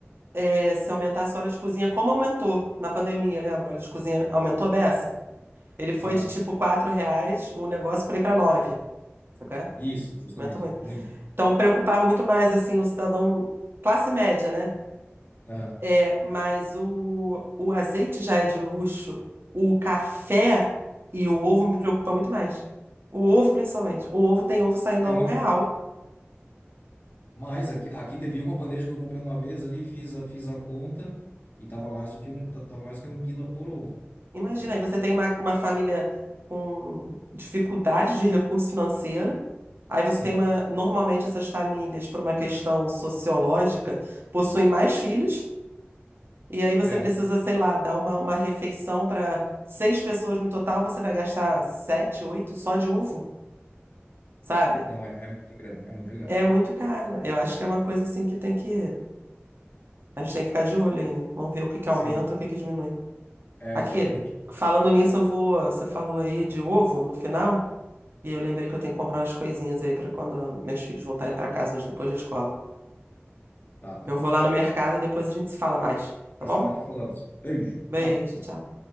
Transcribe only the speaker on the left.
Aham.
Isso, justamente,
é muito.
Aham.
É
muito
mas aqui, aqui teve uma bandeja que eu comprei uma vez ali, fiz a, fiz a conta e tava mais do que um, ta- tava mais do que um pila por ovo,
né?
Sim.
É,
não, é, é muita grana, é muita grana.
Sim,
é
exatamente.
Tá, tranquilo.
Mais
tarde falamos. Beijo,
tchau.